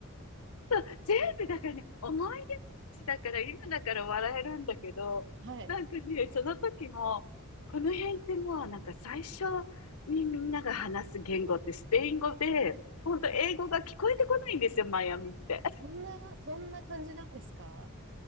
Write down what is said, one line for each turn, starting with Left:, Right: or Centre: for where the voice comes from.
Left: そう、全部だからね、
Right: ね。
Left: 思い出話だから、今だから笑えるんだけど、
Right: はい。
Left: なんかね、その時も、この辺ってもうなんか最初にみんなが話す言語ってスペイン語で、本当英語が聞こえてこないんですよ、マイアミって。
Right: そんな、そんな感じなんですか